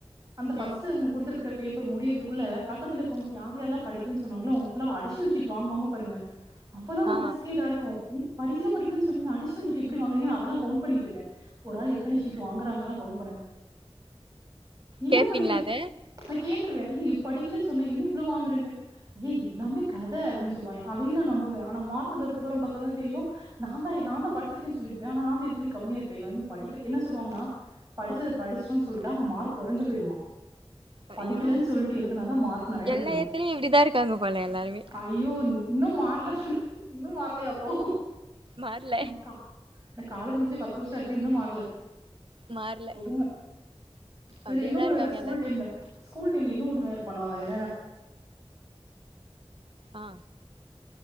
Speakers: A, on the right; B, on the right.
A: அந்த ஃபஸ்ட்டு
B: ம்
A: குடுத்துர்க்கற பேப்பர் முடியிற்துக்குள்ள பக்கத்துல்ல இருகவுங்க யார் யாரல்லா படிக்கலன் சொன்னாங்ளோ அவுங்க ஃபுல்லா அடிஷல் ஷீட் வாங்குவங்க பாருங்க அப்பதா
B: ஆ
A: மனசக்கே இதாருக்கு என்ன படிக்கல பக்கலன் சொன்னீங்க அடிஷ்னல் ஷீட்டு வாங்குறங்கன்னா அதால்லா கவுண்ட் பண்ணிட்டுருப்பே ஒரு ஆள் எத்தன ஷிட்டு வாங்குறாங்கல்லா கவுண்ட் பண்ணுவ என்ன
B: கேப்பீங்களா
A: பண்ணி வச்
B: அத
A: நா கேட்டுருவே ஏய் படிக்கலன் சொன்ன என்ன இவ்ளோ வாங்றிங்க ஏ எல்லாமே கத அப்டின் சொல்லுவாய்ங்க அதையு நா நம்புவ ஆனா மார்க் வந்ததுக்கப்பறம் பாத்தா தா தெரியு நா தா எ நாந்தா படிச்சிருக்கேன் சொல்லிருப்பே ஆனா நா வந்து இருக்கலே கம்மியா இருப்பே எல்லாரு படிக்கல என்ன சொல்லுவாங்கனா என்னல்லுவாங்கன்னா படிச்சது படிச்சோன் சொல்ட்டா அங்க மார்க் கொறஞ்சு போயிடுமா
B: ஐயோ
A: படிக்கலன் சொல்ட்டு எழுதுனா தா மார்க் நறைய
B: எல்லா
A: வருமா
B: எடத்துலயு இப்டிதா இருக்காங்க போல எல்லாருமே
A: அ ஐயோ இன் இன்னு மாறல இன்னு மாறலையா அப்போ
B: மாறல
A: நா கா இந்த காலஜ் முடிச்சு பத்து வருஷ ஆச்சு இன்னும் மாறல
B: மாறல
A: கொடும இதுல
B: அப்டியேதா
A: இன்னு ஒன்னு
B: இருக்காங்க
A: வேற ஸ்கூல்
B: எல்லாரு
A: டைம்ல ஸ்கூல் டைம்ல இன்னு ஒன்னு வேற பண்ணுவாங்க என்னனா
B: ஆ